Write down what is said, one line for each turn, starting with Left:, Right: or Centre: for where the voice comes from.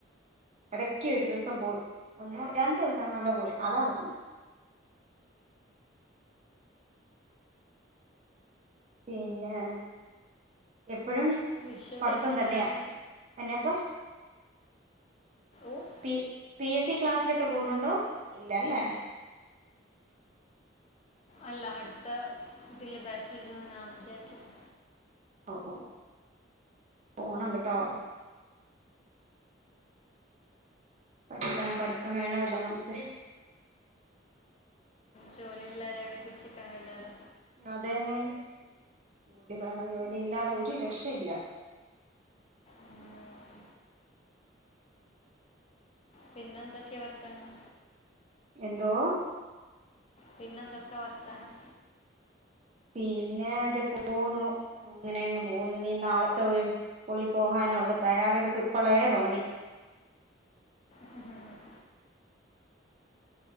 Right: ഇടക്ക് ഒരു ദിവസം പോയി ഒന്നോ രണ്ടു ദിവസം കണ്ടാ പോയി അതാ പറഞ്ഞേ പിന്നെ എപ്പഴും
Left: വിഷു ഒക്കെ
Right: പടത്തം
Left: എങ്ങനെ
Right: തന്നെയാ
Left: ഉണ്ടായിരുന്നു
Right: എന്നെപ്പ
Left: ഓ
Right: പി പി എസ് സി ക്ലാസ്സിലൊക്കെ പോകുന്നുണ്ടോ ഇല്ല അല്ലേ
Left: അല്ല അടുത്ത തിൽ ബാച്ചില് ജോയിനാവാന്ന് വിചാരിക്കുണു
Right: ഓ ഓ പോണം കേട്ടോ പഠിക്കണം പഠിത്തം വേണവല്ലോ നമുക്ക്
Left: ജോലിയില്ലാതെ എവടീം പിടിച്ചിക്കാൻ കഴിയില്ലാലോ
Right: അതന്നെ ജോലി വേണം ജോലിയില്ലാതെ ഒരു രക്ഷയില്ല
Left: ഉം, പിന്നെ എന്തൊക്കെ വർത്താനം
Right: എന്തോ
Left: പിന്നെന്തൊക്കാ വർത്താനം
Right: പിന്നെ ദേ പോന്നു അങ്ങനെങ്ങ് പോന്നു നീ നാളത്തെ ഒരു പുളി പോകാനുള്ള തയ്യാറെടുപ്പ് ഇപ്പളേ തൊടങ്ങി
Left: ഹ് ഹ് ഹും